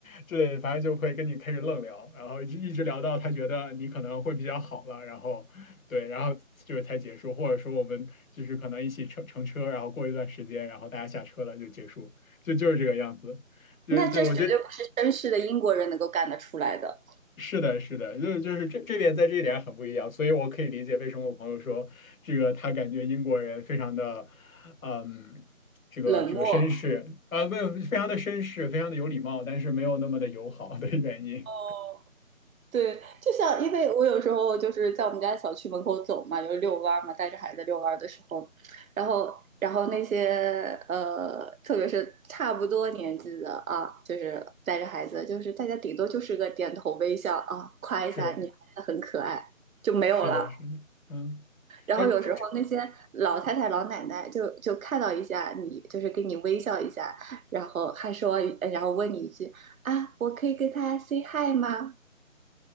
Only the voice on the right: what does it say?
那这绝对不是绅士的英国人能够干得出来的，
冷漠。
哦，对，就像因为我有时候就是在我们家小区门口走嘛，就是遛弯儿嘛，带着孩子遛弯儿的时候，然后然后那些呃，特别是差不多年纪的啊，就是带着孩子，就是大家顶多就是个点头微笑啊，夸一下你孩子很可爱就没有了。
然后有时候那些老太太、
老奶奶就就看到一下你，就是给你微笑一下，然后还说，呃然后问你一句啊，我可以跟他 say hi 吗？